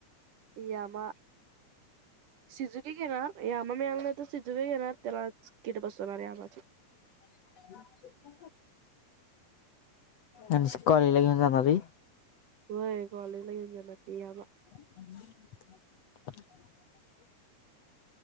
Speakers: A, on the right (about 85°); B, on the left (about 60°).
A: यामा शिजुकी घेणार यामा मिळाला तर शिजुकीे घेणार त्याला किट बसवणार या आमाचे
B: <inaudible> आणि कॉलेज ला घेऊन जाणार व्हय.
A: हो कॉलेज ला घेऊन जाणार यामा.
B: हम...